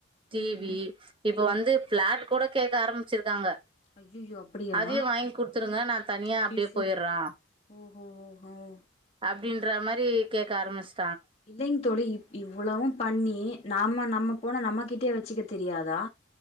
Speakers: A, on the right (about 25°); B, on the left (about 30°).
A: டிவி
B: ம்
A: இப்ப வந்து பிளாட் கூட கேக்க ஆரம்பிச்சிருக்காங்க
B: ஐயையோ அப்டியா
A: அதையே வாங்கி குடுத்துருங்க நா தனியா
B: ஐயையோ
A: அப்படியே போயரோ
B: ஓஹோ ஓஹோ
A: அப்படின்ற மாரி கேக்க ஆரம்பிச்
B: இல்லைங் தோழி இ இவ்வளவு பண்ணி நாம நம்ம போன நம்ம கிட்டே வச்சுக்க தெரியாதா